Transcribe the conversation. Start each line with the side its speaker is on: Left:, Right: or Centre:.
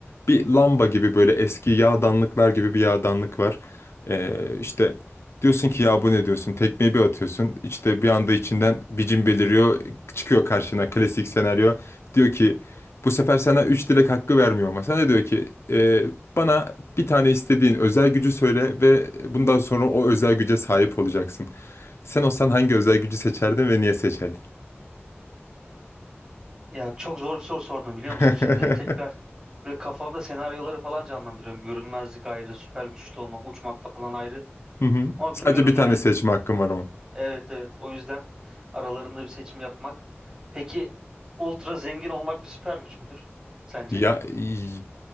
Left: Bir lamba gibi böyle eski yağdanlıklar gibi bir yağdanlık var. Ee, işte diyorsun ki ya bu ne diyorsun? Tekmeyi bir atıyorsun. İşte bir anda içinden bir cin beliriyor. Çıkıyor karşına klasik senaryo. Diyor ki bu sefer sana üç dilek hakkı vermiyor ama sana diyor ki "E, bana bir tane istediğin özel gücü söyle ve bundan sonra o özel güce sahip olacaksın. Sen olsan hangi özel gücü seçerdin ve niye seçerdin?
Right: Ya çok zor bir soru sordum biliyor
Left: <laughs>
Right: musun? Şimdi tekrar böyle kafamda senaryoları falan canlandırıyorum. Görünmezlik ayrı, süper güçlü olmak, uçmak falan ayrı.
Left: Hı hı.
Right: Ama
Left: Sadece
Right: bilmiyorum
Left: bir tane
Right: yani.
Left: seçme hakkım var ama.
Right: Evet evet. O yüzden aralarında bir seçim yapmak. Peki ultra zengin olmak bir süper güç müdür sence?
Left: Ya y-